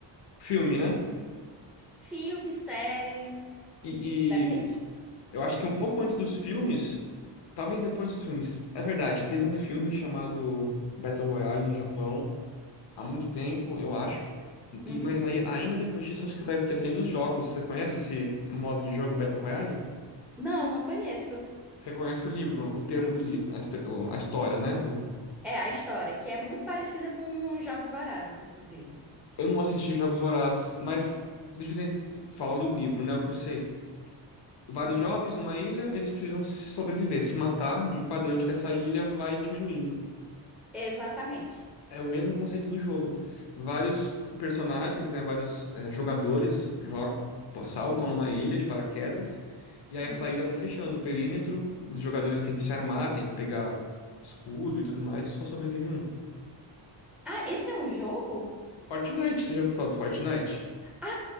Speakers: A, on the left; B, in the centre.
A: Filme, né?
B: Filme, série,
A: E,
B: depende.
A: e eu acho que um pouco antes dos filmes, talvez depois dos filmes. É verdade, teve um filme chamado Battle Royale no Japão há muito tempo, eu acho.
B: Uhum.
A: E, mas aí, ainda depois disso, acho que você tá esquecendo os jogos. Você conhece esse modo de jogo Battle Royale?
B: Não, não conheço.
A: Você conhece o livro, o termo do livro, a, espe- o- a história, né? Do...
B: É a história, que é muito parecida com Jogos Vorazes, inclusive.
A: Eu não assisti Jogos Vorazes, mas deixa eu ten- falar do livro, né? O que eu sei. Vários
B: Hum,
A: jovens numa ilha, eles precisam sobreviver, se matar, e o quadrante dessa ilha vai diminuindo.
B: Exatamente.
A: É o mesmo conceito do jogo. Vários personagens, né? Vários eh, jogadores jogam, saltam numa ilha de paraquedas, e aí
B: Hum.
A: essa ilha vai fechando o perímetro, os jogadores têm que se armar, têm que pegar escudo e tudo mais, e só sobrevive um.
B: Ah, esse é um jogo?
A: Fortnite, você já ouviu falar do Fortnite?
B: Ah,